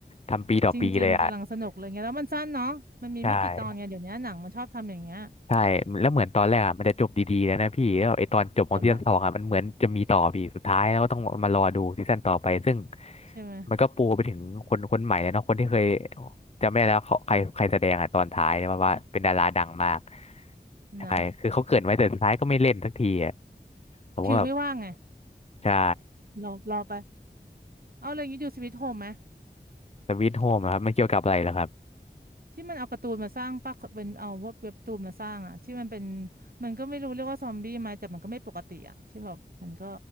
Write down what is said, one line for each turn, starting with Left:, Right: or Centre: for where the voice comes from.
Left: ทำปีต่อปีเลยอ่ะ
Right: จริงๆกำลังสนุกเลยไงแล้วมันสั้นเนาะมันมีไม่กี่ตอนไงเดี๋ยวนี้หนังมันชอบทำอย่างเงี้ย
Left: ใช่ใช่แล้วเหมือนตอนแรกอ่ะมันจะจบดีๆแล้วนะพี่แล้วไอตอนจบของซีซั่นสองอ่ะมันเหมือนจะมีต่อพี่สุดท้ายแล้วก็ต้องมารอดูซีซั่นต่อไปซึ่ง
Right: เดี๋ยวละใช่ไหม
Left: มันก็ปูไปถึงคนคนใหม่เลยเนาะคนที่เคยจำไม่ได้แล้วเขาใครใครแสดงอ่ะตอนท้ายเนี่ยว่าว่าเป็นดาราดังมาก
Right: อืม <laughs>
Left: ใช่คือเขาเกริดไว้แต่สุดท้ายก็ไม่เล่นสักทีอ่ะ
Right: นะ
Left: ผมก็แบบ
Right: คิวไม่ว่างไง
Left: ใช่
Right: รอรอไปเอาอะไรอย่างนี้ดูสวิตโฮมไหม
Left: สวีทโฮมครับมันเกี่ยวกับอะไรเหรอครับ
Right: ที่มันเอาการ์ตูนมาสร้างปะเป็นเอาเว็บเว็บการ์ตูนมาสร้างอะที่มันเป็นมันก็ไม่รู้เรียกว่าซอมบี้ไหมแต่มันก็ไม่ปกติอะที่แบบมันก็